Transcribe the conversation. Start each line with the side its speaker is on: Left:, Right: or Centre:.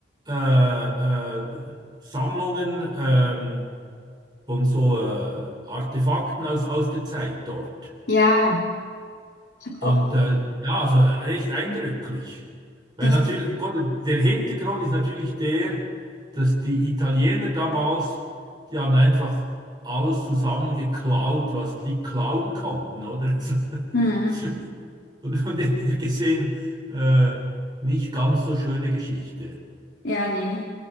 Right: äh, äh, Sammlungen ähm, von so äh, Artefakten aus, aus der Zeit dort.
Left: Ja,
Right: Und
Left: auch
Right: äh, ja, also recht eindrücklich. Weil
Left: das.
Right: natürlich, gut, der Hintergrund ist natürlich der, dass die Italiener damals, die haben einfach alles zusammengeklaut, was die klauen konnten, oder? <laughs>
Left: Hm.
Right: Also, Und von dem her gesehen, äh, nicht ganz so schöne Geschichte.
Left: Ja, nee.